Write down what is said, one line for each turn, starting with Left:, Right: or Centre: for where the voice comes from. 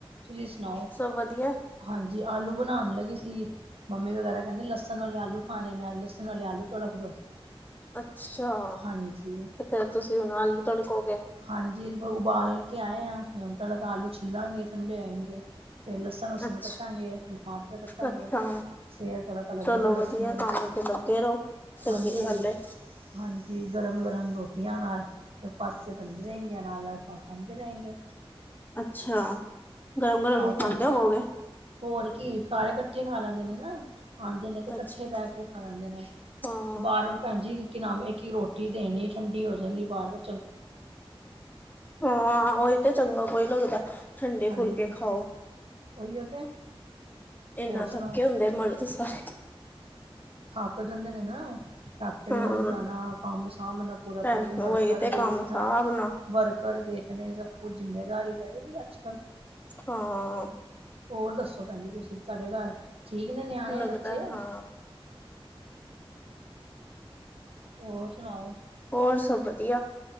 Right: ਤੁਸੀਂ ਸੁਣਾਓ
Left: ਸਭ ਵਧੀਆ
Right: ਹਾਂਜੀ ਜੀ ਆਲੂ ਬਣਾਣ ਲੱਗੇ ਸੀ, ਮੰਮੀ ਵਗੈਰਾ ਕਹਿੰਦੇ ਲਸਣ ਵਾਲੇ ਆਲੂ ਖਾਣੇ ਨੇ, ਅੱਜ ਲਸਣ ਆਲੇ ਆਲੂ ਤੁੜਕ ਦੋ।
Left: ਅੱਛਾ
Right: ਹਾਂਜੀ,
Left: ਤੇ ਫੇਰ ਤੁਸੀਂ ਹੁਣ ਆਲੂ ਤੜਕੋਗੇ
Right: ਹਾਂਜੀ ਉਬ ਉਬਾਲ ਕੇ ਆਏ ਆਂ, ਹੁਣ ਪਹਿਲਾ ਤਾਂ ਆਲੂ ਛਿਲਾਂਗੇ ਠੰਡੇ ਹੋਏਂਗੇ। ਫੇਰ ਲਸਣ-ਲੁਸਣ
Left: ਅੱਛਾ
Right: ਕੱਟਾਂਗੇ, ਟਮਾਟਰ ਕੱਟਾਂਗੇ।
Left: ਅੱਛਾ
Right: ਫਿਰ ਤੜਕਾ ਲੱਗੇਗਾ
Left: ਚਲੋ
Right: ਲਸਣ
Left: ਵਧੀਆ
Right: ਵਾਲਾ
Left: ਕੰਮ ਚ ਲੱਗੇ ਰਹੋ, ਚੰਗੀ
Right: ਹਾਂਜੀ
Left: ਗੱਲ ਏ।
Right: ਹਾਂਜੀ ਗਰਮ ਗਰਮ ਰੋਟੀ ਟੀਆਂ ਨਾਲ, ਫੇਰ ਪਾਸੇ ਬੰਦੇ ਰਹਿੰਗੇ ਨਾਲ- ਨਾਲ ਆਪਾ ਖਾਂਦੇ ਰਹਿਣਗੇ।
Left: ਅੱਛਾ, ਗਰਮ-ਗਰਮ ਹੀ
Right: ਭੈਣ
Left: ਖਾਂਦੇ ਹੋਵੋਗੇ।
Right: ਹੋਰ ਕੀ ਸਾਰੇ ਇਕੱਠੇ ਖਾ ਲੈਂਦੇ ਨੇ ਨਾ। ਆਂਦੇ ਨੇ ਤੇ ਇਕੱਠੇ
Left: ਅੱਛਾ
Right: ਬਹਿ ਕੇ ਖਾ ਲੈਂਦੇ ਨੇ।
Left: ਹਾਂ
Right: ਬਾਰ-ਵਾਰ ਭੈਣਜੀ ਕਿ ਨਾਮ ਏ, ਇੱਕ ਹੀ ਰੋਟੀ ਦੇਣੀ ਠੰਡੀ ਹੋ ਜਾਂਦੀ ਬਾਰ- ਬਾਰ
Left: ਹਾਂ ਔ ਤਾਂ ਚੰਗਾ ਕੋਈ ਲੱਗਦਾ। ਠੰਡੇ
Right: ਹਾਂਜੀ,
Left: ਫੁਲਕੇ ਖਾਓ
Right: ਔਇਯੋ ਤੇ।
Left: ਏਨਾ
Right: ਹੋਰ ਸੁਣਾਓ
Left: ਥੱਕੇ ਹੁੰਦੇ ਮਰਦ ਸਾਰੇ।
Right: ਥਾਕ ਜਾਂਦੇ ਨੇ ਨਾ। ਫੈਕਟਰੀਆਂ
Left: ਹਾਂ
Right: ਚ ਜਾਣਾ, ਕੰਮ ਸਾਭਣਾ ਪੂਰਾ-ਪੂਰਾ
Left: ਭੈਣ
Right: ਦਿਨ
Left: ਉਹੀ
Right: ਵਰਕਰ
Left: ਤੇ
Right: ਵੇਖਣਾ।
Left: ਕੰਮ ਸਾਬ ਨਾ
Right: ਵਰਕਰ ਦੇਖਣੇ ਸਭ ਕੁਝ ਜਿੰਮੇਦਾਰੀ ਪੇ ਜਾਂਦੀ ਅੱਜ ਕੱਲ।
Left: ਹਾਂ।
Right: ਹੋਰ ਦੱਸੋ ਭੈਣ ਜੀ ਤੁਸੀਂ ਸਾਡੇ ਘਰ ਠੀਕ ਨੇ ਨਿਆਣੇ-ਬੱਚੇ?
Left: ਲੱਗਦਾ ਹਾਂ
Right: ਹੋਰ ਸੁਣਾਔ?
Left: ਹੋਰ ਸਭ ਵਧੀਆ,